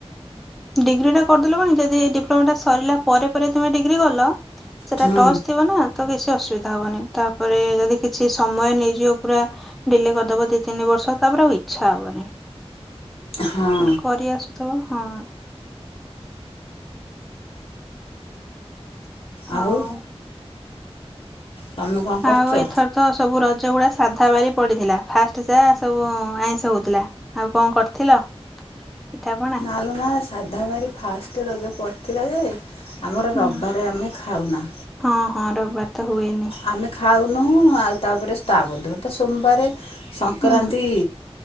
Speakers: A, in the centre; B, on the left.
A: ଡିଗ୍ରୀ ଟା କରିଦେଲ କଣ କି ଯଦି ଡିପ୍ଲୋମା ଟା ସରିଲା ପରେ ପରେ ତୁମେ ଡିଗ୍ରୀ କଲ ସେଟା
B: ହୁଁ
A: ଟଚ ଥିବ ନା ତ କିଛି ଅସୁବିଧା ହବନି ତାପରେ ଯଦି କିଛି ସମୟ ନେଇଯିବ ପୁରା ଡିଲେ କରିଦବ ଦି ତିନି ବର୍ଷ ତାପରେ ଆଉ ଇଚ୍ଛା ହବନି।
B: ହଁ
A: ଗୋଟେ କରି ଆସୁଥିବ ହଁ। ହଉ।
B: ଆଉ ତମେ କଣ କରୁଚ?
A: ଆଉ ଏଥର ତ ସବୁ ରଜ ଉଡା ସାଧା ବାରି ପଡିଥିଲା ଫାଷ୍ଟ ଯାହା ସବୁ ଆଇଁଷ ହୋଉଥିଲା। ଆଉ କଣ କରିଥିଲ ପିଠା ପଣା
B: ଆଲୋ ମା ସାଧାବାରି ଫାଷ୍ଟ ରଜ ପଡ଼ିଥିଲା ଯେ ଆମର
A: ହୁଁ
B: ରବବାରେ ଆମେ ଖାଉନା
A: ହଁ ହଁ ରବବାର ତ ହୁଏନି
B: ଆମେ ଖାଉନୁ ଆଉ ତାପରେ ତା ତାପର ଦୀନ ତ ସୋମବାରେ ସଂକ୍ରାନ୍ତି
A: ହୁଁ